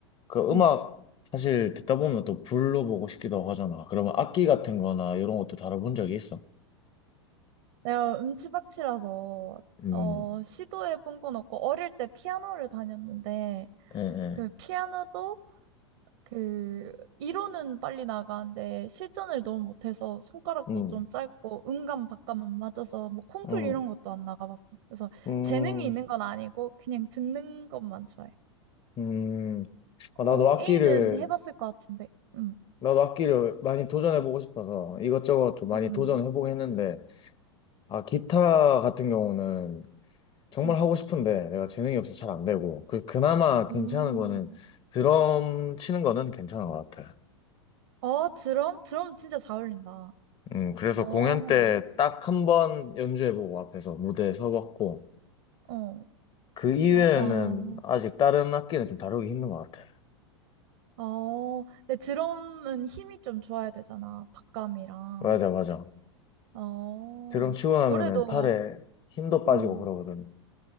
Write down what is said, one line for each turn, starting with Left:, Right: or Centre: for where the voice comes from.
Left: 그
Right: 음.
Left: 음악 사실 듣다 보면 또 불러보고 싶기도 하잖아. 그러면 악기 같은 거나 이런 것도 다뤄본 적이 있어?
Right: 내가 음치박치라서
Left: 음,
Right: 어, 시도해본 건 없고, 어릴 때 피아노를 다녔는데,
Left: 예, 예.
Right: 그 피아노도 그 이론은 빨리 나가는데 실전을 너무 못해서 손가락도
Left: 음,
Right: 좀 짧고 음감 박감 안 맞아서 뭐 콩쿨
Left: 음,
Right: 이런 것도 안 나가봤어. 그래서
Left: 음,
Right: 재능이 있는 건 아니고 그냥 듣는 것만 좋아해.
Left: 음. 아, 나도
Right: 어,
Left: 악기를,
Right: A는 해봤을 것 같은데. 음,
Left: 나도 악기를 많이 도전해보고 싶어서 이것저것 좀 많이
Right: 음,
Left: 도전해보긴 했는데, 아, 기타 같은 경우는 정말
Right: 음,
Left: 하고 싶은데 내가 재능이 없어서 잘 안 되고 그 그나마 괜찮은
Right: 음.
Left: 거는 드럼 치는 거는 괜찮은 것 같아.
Right: 어, 드럼? 드럼 진짜 잘 어울린다. 어,
Left: 음 그래서
Right: 어,
Left: 공연 때 딱 한 번 연주해보고 앞에서 무대에 서봤고
Right: 어,
Left: 그 이외에는
Right: 어,
Left: 아직 다른 악기는 좀 다루기 힘든 것 같아.
Right: 어. 근데 드럼은 힘이 좀 좋아야 되잖아. 박감이랑.
Left: 맞아 맞아.
Right: 어,
Left: 드럼 치고 나면은
Right: 노래도,
Left: 팔에 힘도 빠지고
Right: 응,
Left: 그러거든.